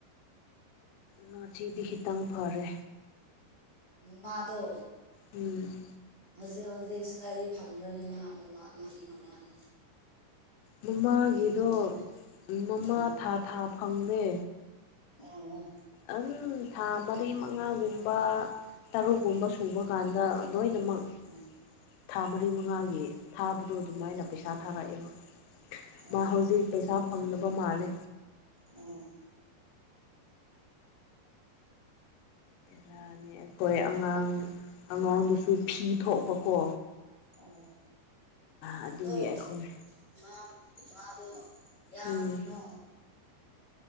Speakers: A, on the left (about 80°); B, on the left (about 25°).
A: ꯉꯁꯤꯗꯤ ꯈꯤꯇꯪ ꯐꯔꯦ
B: ꯃꯥꯗꯣ
A: ꯎꯝ
B: ꯍꯧꯖꯤꯛ ꯍꯧꯖꯤꯛꯁꯨ ꯒꯥꯔꯤ ꯐꯪꯕ꯭ꯔꯅꯦ ꯃꯥ ꯑꯃ ꯃꯥ ꯃꯥꯒꯤ ꯃꯃꯗꯣ
A: ꯃꯃꯥꯒꯤꯗꯣ
B: ꯐꯪꯕ꯭ꯔꯅꯦ
A: ꯃꯃꯥ
B: ꯎꯝ
A: ꯊꯥ ꯊꯥ ꯐꯪꯂꯦ
B: ꯑꯣ
A: ꯑꯝ ꯊꯥ ꯃꯔꯤ ꯃꯉꯥꯒꯨꯝꯕ ꯇꯔꯨꯛꯒꯨꯝꯕ ꯁꯨꯕ ꯀꯥꯟꯗ ꯂꯣꯏꯅꯃꯛ
B: ꯎꯝ
A: ꯊꯥ ꯃꯔꯤ ꯃꯉꯥꯒꯤ ꯊꯥꯕꯗꯣ ꯑꯗꯨꯃꯥꯏꯅ ꯄꯩꯁꯥ ꯊꯥꯔꯛꯑꯦꯕ
B: ꯑꯣ
A: ꯃꯥ ꯍꯧꯖꯤꯛ ꯄꯩꯁꯥ ꯐꯪꯗꯕ ꯃꯥꯜꯂꯦ
B: ꯑꯣ
A: ꯃꯅꯦ ꯑꯩꯈꯣꯏ ꯑꯉꯥꯡ ꯑꯉꯥꯡꯗꯨꯁꯨ ꯐꯤ ꯊꯣꯛꯄꯀꯣ
B: ꯑꯣ
A: ꯑꯗꯨꯒꯤ
B: ꯑꯗꯣ
A: ꯑꯩꯈꯣꯏ
B: ꯃꯥ ꯃꯥꯗꯣ ꯌꯥꯝ
A: ꯎꯝ
B: ꯀꯔꯤꯅꯣ